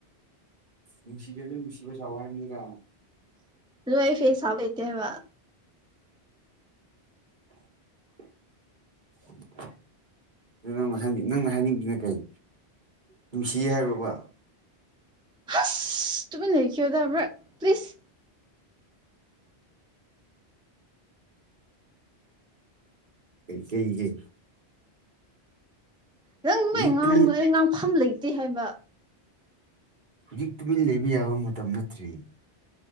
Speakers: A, on the right; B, in the centre.
A: ꯅꯨꯡꯁꯤꯗ꯭ꯔꯗꯤ ꯅꯨꯡꯁꯤꯕ ꯁꯥꯎ ꯍꯥꯏꯕꯅꯤꯗ
B: <unintelligible> ꯍꯩꯇꯦ ꯍꯥꯏꯕ
A: <inaudible> ꯀꯩꯅꯣ ꯉꯁꯥꯏꯒꯤ ꯅꯪꯅ ꯍꯥꯏꯅꯤꯡꯉꯤꯅ ꯀꯩ ꯅꯨꯡꯁꯤꯌꯦ ꯍꯥꯏꯔꯣꯕ
B: ꯍꯁ ꯇꯨꯃꯤꯟ ꯂꯩꯈꯤꯌꯣꯗ ꯑꯃꯔꯛ ꯄ꯭ꯂꯤꯖ
A: ꯀꯩ ꯀꯩꯒꯤ
B: ꯅꯪ ꯑꯗꯨꯃꯥꯏ
A: ꯍꯧꯖꯤꯛ
B: ꯉꯥꯡꯕꯗꯣ
A: ꯇꯨꯃꯤꯟ
B: ꯑꯩ ꯉꯥꯡꯐꯝ ꯂꯩꯇꯦ ꯍꯥꯏꯕ
A: ꯍꯧꯖꯤꯛ ꯇꯨꯃꯤꯟ ꯂꯩꯕ ꯌꯥꯕ ꯃꯇꯝ ꯅꯠꯇ꯭ꯔꯦ